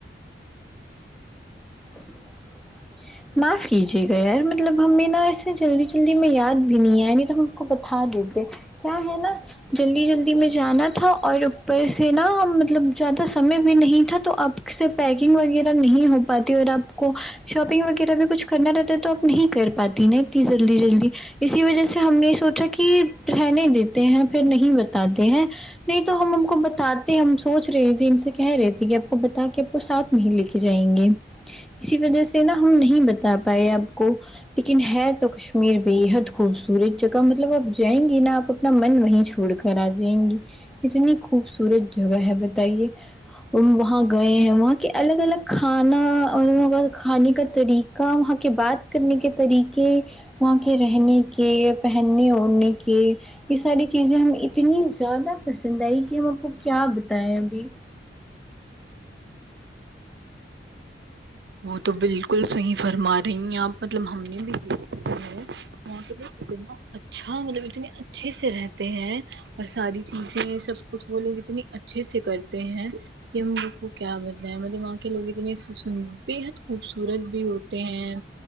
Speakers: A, in the centre; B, on the right.
A: <inaudible> معاف کیجیے گا یار مطلب ہمیں نا ایسے جلدی جلدی میں یاد بھی نہیں آیا نہیں تو ہم کو بتا دیتے کیا ہے نا جلدی جلدی میں جانا تھا اور اوپر سے نا مطلب زیادہ سمے بھی نہیں تھا تو آپ سے پیکنگ وغیرہ نہیں ہو پاتی اور آپ کو شاپنگ وغیرہ بھی کچھ کرنا رہتا ہے تو اپ نہیں کر پاتی نا اتنی جلدی جلدی اسی وجہ سے ہم نے سوچا کی رہنے دیتے ہیں پھر نہیں بتاتے ہیں نہیں تو ہم کو بتاتے ہم سوچ رہے تھے ان سے کہہ رہے تھے کہ آپ کو بتا کے ساتھ میں لے کے جائیں گے اسی وجہ سے نا ہم نہیں بتا پائے آپ کو لیکن ہے تو کشمیر بے حد خوبصورت جگہ مطلب آپ جائیں گی نا آپ اپنا من وہیں چھوڑ کر کرا جائیں گی اتنی خوبصورت جگہ ہے بتائیے وہ وہاں گئے ہیں وہاں کے الگ الگ کھانا اور کھانے کا طریقہ وہاں کے بات کرنے کے طریقے وہاں کے رہنے کے پہنے اوڑھنے کے یہ ساری چیزیں ہمیں اتنی زیادہ پسند آئی کہ ہم آپ کو کیا بتائیں ابھی
B: وہ تو بالکل صحیح فرما رہی ہیں آپ مطلب ہم نے بھی دیکھا وہ کے لوگ اتنا اچھا مطلب اتنے اچھے سے رہتے ہیں اور ساری چیزیں سب کچھ وہ لوگ اتنی اچھے سے کرتے ہیں کہ ہم اپ کو کیا بتایے وہاں کے لوگ اتنے بےحد خوبصورت بھی ہوتے ہیں